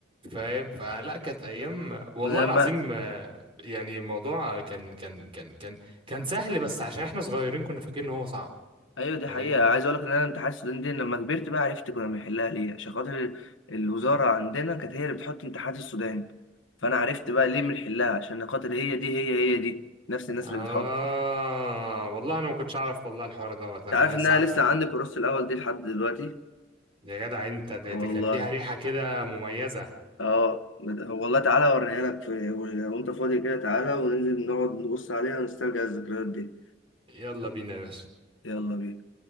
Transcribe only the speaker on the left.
انا لما
ايوه دي
حقيقة عايز اقول لك ان انا امتحانات السودان دي لما كبرت بقى عرفت كنا بنحلها ليه عشان خاطر الوزارة عندنا كانت هي اللي بتحط امتحانات السودان فانا عرفت بقى ليه بنحلها عشان خاطر هي دي هي هي دي نفس الناس
اللي بتحط
انت
عارف ان
انا
لسه
عندي كورس الاول دي لحد دلوقتي
والله
اه مد- والله تعالى اوريها لك في وانت فاضي كده تعالى وننزل نقعد نبص عليها ونسترجع الذكريات دي
يلا بينا